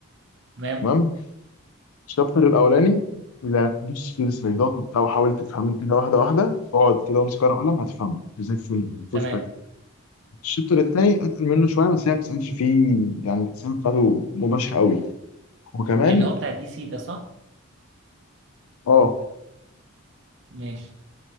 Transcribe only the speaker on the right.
تمام
تمام
اللي هو بتاع الدي سي ده صح
ماشي